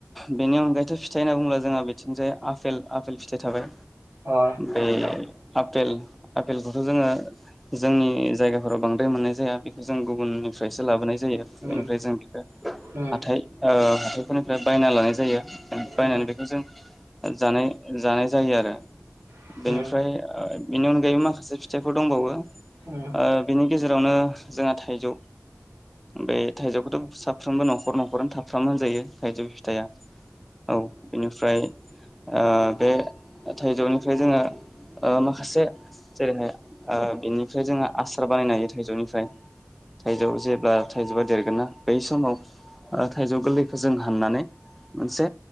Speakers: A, in the centre; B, on the right.
A: बेनि अनगायैथ' फिथाइ होनना बुङोब्ला जोंहा बिथिंजाय आफेल आफेल फिथाइ थाबाय
B: अ
A: बै आपेल आपेलखौथ' जोङो जोंनि जायगा फोराव बांद्राय मोननाय जाया बे जों गुबुननिफ्रायसो लाबोनाय जायो
B: उम
A: बेनिफ्राय जों बिखो
B: उम
A: हाथाय ओ हाथायफोरनिफ्राय बायना लानाय जायो बायनानै
B: उम
A: बेखौ जों जानाय जानाय जायो आरो।
B: उम
A: बेनिफ्राय
B: उम
A: ओ बेनि अनगायैबो माखासे फिथाइफोर दंबावो ओ
B: उम
A: बिनि गेजेरावनो जोंहा था थाइजौ बे थाइजौखौथ' साफ्रोमबो न'खर न'खरनो था खालामनान जायो थाइजौ फिथाइया औ इनिफ्राय ओ बे थाइजौनिफ्राय जों ङो ओ माखासे जेरैहाय ओ बिनिफ्राय जोङो आसार बानायनो हायो थाइजौनिफ्राय थाइजौ जेब्ला थाइजौआ देरगोनना बै समाव थाइजौ गोरलैखौ जों हाननानै मोनसे